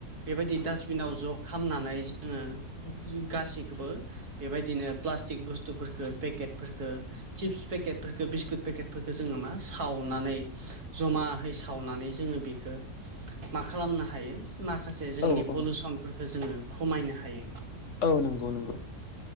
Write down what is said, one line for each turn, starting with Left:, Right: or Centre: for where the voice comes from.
Right: बेबायदि डासटबिनाव ज' खामनानै जोङो गासैखौबो बेबायदिनो प्लास्टिक बुस्थुफोरफोरखौ पेकेटफोरफोरखौ चिप्स पेकेटफोरखौ बिस्कुट पेकेटफोरखौ जोङो मा सावनानै जमाहै सा सावनानै जोङो बेखो मा खालामनो हायो माखासे जोंनि
Left: औ
Right: पलुसनफोर
Left: औ
Right: खो जोङो खमायनो हायो।
Left: औ नंगौ नंगौ।